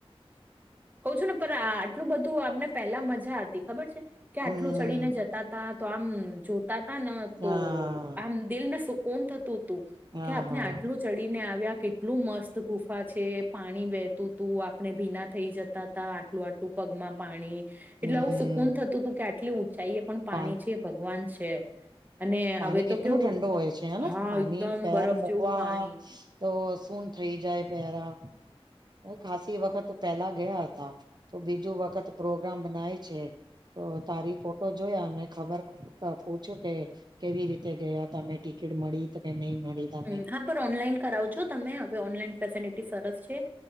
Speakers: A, on the right (about 15°); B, on the right (about 45°).
A: કહ છું ને પણ આટલું બધું આપમને પહેલા મજા હતી ખબર છે કે આટલું
B: હમ
A: ચડીને જતા તા. તો આમ જોતા તા ને તો
B: હા
A: આમ દિલને સુકોન થતું હતું.
B: હા
A: કે આપને
B: હા
A: આટલું ચડી. ડીને આવ્યા કેટલું મસ્ત ગુફા છે, પાણી વહેતું તું આપણે ભીના થઈ જત તા તા આટલું આટલું પગમાં પાણી. એટલે
B: હમ
A: આવું સુકૂન થતું હતું કે, આટલી ઊંચાઈ એ પણ પાણી
B: પા
A: છે ભગવાન છે. અને
B: પાણી
A: હવે તો
B: કેટલ
A: કેવું
B: ઠંડુ હોય છે હેના
A: હા
B: પાણી
A: એકદમ
B: પેર
A: બરફ
B: મૂકવા
A: જેવું પાણી
B: તો શું થઇ જાય પહેરા હ ખાસસી વખત પેલા ગયા હતા. તો બીજું વખત પ્રોગ્રામ બનાય છે તો તારી ફોટો જોયા મેં ખબર પૂછ્યું કે? કેવી રીતે ગયા તમે ટિકિટ મળી તો કે નહી મળી? તમે
A: હ હા પર ઓનલાઈન કરાવજો તમે હવે ઓનલાઈન ફેસિલિટી સરસ છે.